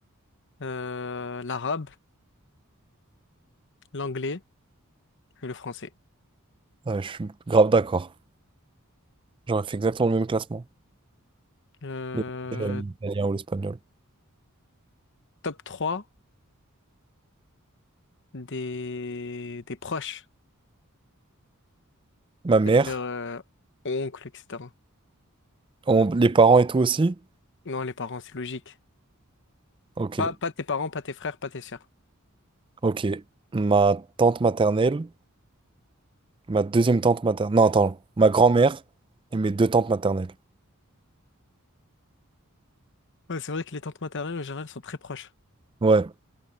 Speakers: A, on the left; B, on the right.
A: Euh, l'arabe, l'anglais et le français.
B: ouais, je suis grave d'accord. J'aurais fait exactement le même classement.
A: Euh,
B: Il y a- J'aurais mis l'italien ou l'espagnol.
A: top 3 des, des proches.
B: Ma mère,
A: C'est-à-dire euh, oncle, etc.
B: on- les parents et tout aussi.
A: Non, les parents, c'est logique.
B: Ok.
A: Pas, pas tes parents, pas tes frères, pas tes sœurs.
B: Ok. Ma tante maternelle, ma deuxième tante maternelle. Non, attends. Ma grand-mère et mes deux tantes maternelles.
A: Ouais, c'est vrai que les tantes maternelles, en général, sont très proches.
B: Ouais.